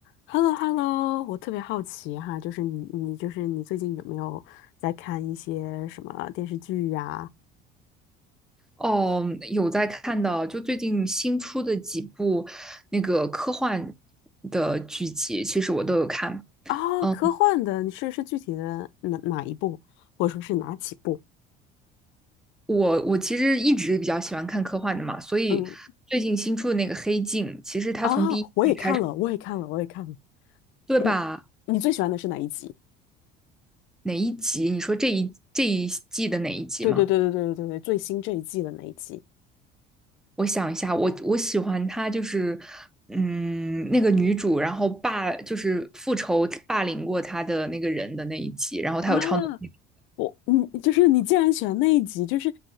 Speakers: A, on the left; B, in the centre.
A: h e l l o h e l l o 我特别好奇哈，就是你，你就是你最近有没有在看一些什么电视剧呀、
B: 哦，有在看的，就最近新出的几部那个科幻的剧集，其实我都有看。
A: 啊？
B: 嗯，
A: 科幻的，你是是具体的哪哪一部，或者说是哪几部？
B: 我我其实一直比较喜欢看科幻的嘛，所以最近新出的那个《黑镜》，
A: 嗯，
B: 其实它从第一季开始，
A: 啊，我也看了，我也看了，我也看了。
B: 对吧？
A: 嗯，你最喜欢的是哪一集？
B: 哪一集？你说这一这一季的哪一集吗？
A: 对对对对对对对，最新这一季的那一集。
B: 我想一下，我我喜欢她就是，嗯，那个女主，然后霸就是复仇霸凌过她的那个人的那一集，然后她有超能力。
A: 啊？我你就是你，既然喜欢那一集，就是